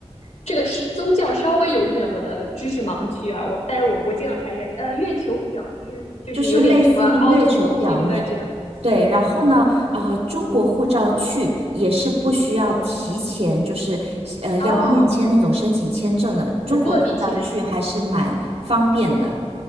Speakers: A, on the left (about 85°); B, on the right (about 75°).
A: 这个是宗教稍微有一点我的知识盲区啊，我但是我我尽量猜着，呃，月球表面就是有点什么凹凸不平的这样，
B: 就是类似于月球表面。对，然后呢，呃，中国护照去也是不需要提前，就是呃要面签那种申请签证的。
A: 哦，
B: 中国护照去还是蛮方便的。
A: 是落地签